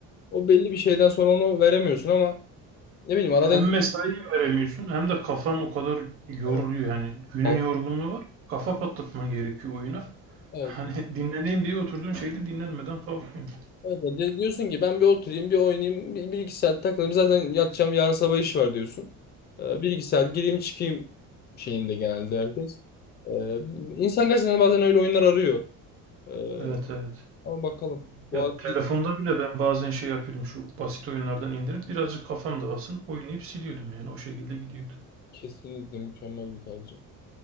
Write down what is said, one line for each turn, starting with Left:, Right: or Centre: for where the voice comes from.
Left: O belli bir şeyden sonra onu veremiyorsun ama ne bileyim arada
Right: Hem mesai veremiyorsun hem de kafan o kadar yoruluyor
Left: evet.
Right: yani. Günün
Left: al-
Right: yorgunluğu var. Kafa patlatman gerekiyor oyuna.
Left: Evet.
Right: Hani <laughs> dinleneyim diye oturduğun şeyde dinlenmeden kalkıyorsun.
Left: Evet. De- Diyorsun ki ben bir oturayım bir oynayayım bir, bir iki saat takılayım zaten yatacağım yarın sabah iş var diyorsun. Ee, bir iki saat gireyim çıkayım şeyinde genelde herkes. Ee, insan gerçekten bazen öyle oyunlar arıyor. Ee,
Right: Evet evet.
Left: ama bakalım. Bu
Right: Ya
Left: arada
Right: telefonda bile ben bazen şey yapıyordum şu basit oyunlardan indirip birazcık kafam dağılsın oynayıp siliyordum yani o şekilde gidiyordu.
Left: Kesinlikle mükemmel bir tercih.